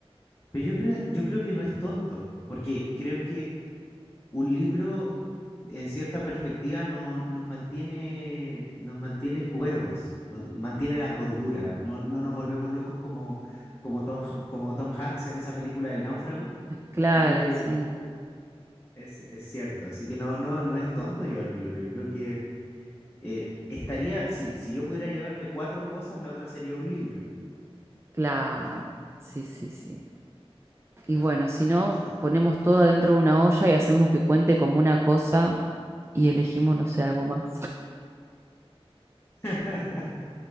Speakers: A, on the left; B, on the right.
A: Pero yo creo, yo creo que no es tonto, porque creo que un libro, en cierta perspectiva, no, nos mantiene, nos mantiene cuerdos, nos mantiene la cordura, no, no nos volvemos locos como, como Tom, como Tom Hanks en esa película del náufrago.
B: Claro,
A: Yo creo que
B: sí,
A: es, es cierto, así que no, no, no es tonto llevar un libro. Yo creo que eh, estaría, si, si yo pudiera llevarme cuatro cosas, la otra sería un libro.
B: claro. Sí, sí, sí.
A: Claro,
B: Y bueno, si no,
A: sí.
B: ponemos todo adentro de una olla y hacemos que cuente como una cosa y elegimos, no sé, algo más.
A: <laughs>